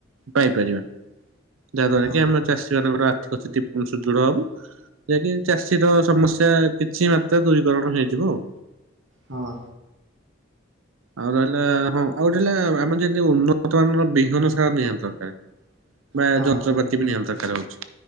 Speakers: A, on the right; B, on the right.
A: ପାଇପାରିବା। ଯାହାଦ୍ୱାରା
B: ହଁ
A: କି ଆମ ଚାଷୀମାନଙ୍କର ଆର୍ଥିକ ସ୍ଥିତି ପୁଣି ସୁଦୃଢ ହବ। ଯାହାକିି ଚାଷୀର ସମସ୍ୟା କିଛି ମାତ୍ରା ଦୂରୀକରଣ ହେଇଯିବ ଆଉ।
B: ହଁ
A: ଆଉ ରହିଲା ହଁ ଆଉ ଗୋଟେ ହେଲା ଆମର ଯେମିତି ଉନ୍ନତ ମାନର ବିହନ ସାର ନିହାତି ଦରକାର। ବା
B: ହଁ
A: ଯନ୍ତ୍ରପାତି
B: ହଁ
A: ବି ନିହାତି ଦରକାର ହଉଛି,